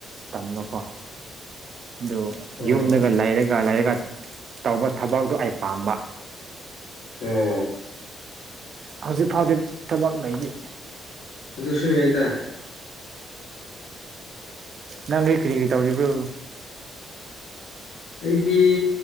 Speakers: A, on the right (about 55°); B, on the left (about 80°).
A: ꯇꯝꯂꯣꯀꯣ ꯑꯗꯨ
B: ꯑꯣ
A: ꯌꯨꯝꯗꯒ ꯂꯩꯔꯒ ꯂꯥꯏꯔꯤꯛꯀ ꯇꯧꯕ ꯊꯕꯛꯇꯣ ꯑꯩ ꯄꯥꯝꯕ
B: ꯑꯣ
A: ꯍꯧꯖꯤꯛ ꯐꯥꯎꯗꯤ ꯊꯕꯛ ꯂꯩꯔꯤ
B: ꯑꯗꯨꯁꯨꯏ ꯌꯥꯏꯗ
A: ꯅꯪꯩ ꯀꯔꯤ ꯀ ꯇꯧꯕ꯭ꯔꯣ
B: ꯑꯩꯗꯤ